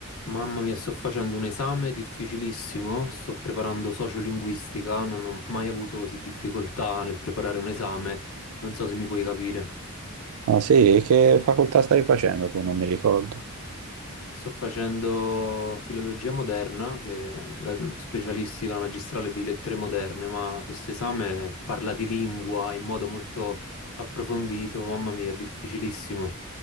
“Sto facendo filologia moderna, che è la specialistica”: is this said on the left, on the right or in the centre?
Left